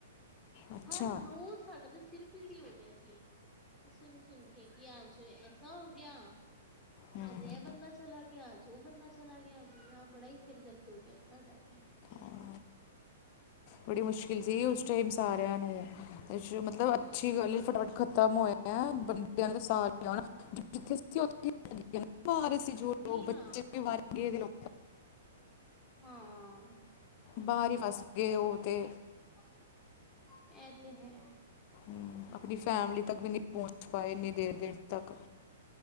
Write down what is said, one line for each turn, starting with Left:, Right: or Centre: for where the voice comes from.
Left: ਅੱਛਾ
Centre: ਹਰ ਰੋਜ਼ ਸਾਡਾ ਤੇ ਸਿਰ ਪੀੜੀ ਹੋ ਗਿਆ ਸੀ ਸੁਣ- ਸੁਣ ਕੇ ਕੀ ਅਜ ਇਸ ਤਰਾ ਹੋ ਗਿਆ
Left: ਹਮ,
Centre: ਅੱਜ ਇਹ ਬੰਦਾ ਚਲਾ ਗਿਆ, ਅੱਜ ਉਹ ਬੰਦਾ ਚਲਾ ਗਿਆ ਬੜਾ ਹੀ ਸਿਰ ਦਰਦ ਹੋ ਗਿਆ ਸਾਡਾ ਤੇ
Left: ਹਾਂ, ਬੜੀ ਮੁਸ਼ਕਿਲ ਸੀ ਉਸ ਟਾਈਮ ਸਾਰਿਆਂ ਨੂੰ, ਮਤਲਬ
Centre: ਹੂੰ
Left: ਅੱਛੀ ਗਲੀ ਫਟਾਫਟ- ਖਤਮ ਹੋਇਆ ਪਿਆ, ਬੰਦਿਆਂ ਦਾ ਸਾਹ ਨਾ ਆਉਣਾ ਜਿੱਥੇ ਉੱਥੇ ਭਾਰ <unintelligible> ਜੋੋੜ
Centre: ਉਹੀ ਨਾ
Left: ਬ ਵਰਗੇ ਉ
Centre: ਹਾਂ
Left: ਬਾਹਰ ਹੀ ਫਸ ਗਏ ਉਹ ਤੇ
Centre: ਹਾਂਜੀ ਇਹ ਤੇ ਹੈ
Left: ਹਮ, ਆਪਣੀ ਫੈਮਲੀ ਤੱਕ ਵੀ ਨਹੀਂ ਪਹੁੰਚ ਪਾਏ ਇੰਨੀ ਦੇਰ ਦੇਰ ਤੱਕ